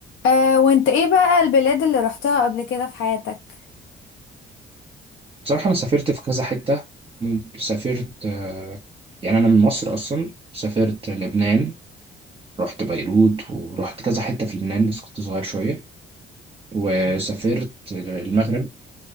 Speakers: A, on the left; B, on the right.
A: آه وانت ايه بقى البلاد اللي رحتها قبل كده في حياتك
B: بصراحة أنا سافرت في كذا حتة سافرت آه، يعني أنا من مصر أصلا سافرت لبنان رحت بيروت ورحت كذا حتة في لبنان بس كنت صغير شوية وسافرت المغرب